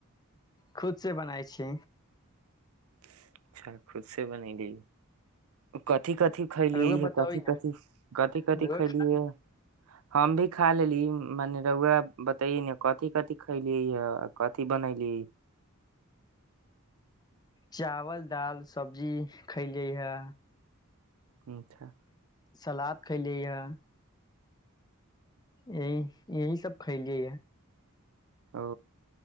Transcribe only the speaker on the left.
खुद से बनाइ छी
रउआ
बताबै
ने
रउआ
खा ली
चावल दाल सब्जी खलियै हे
सलाद खैलिय ह यह यही सब खैलियै य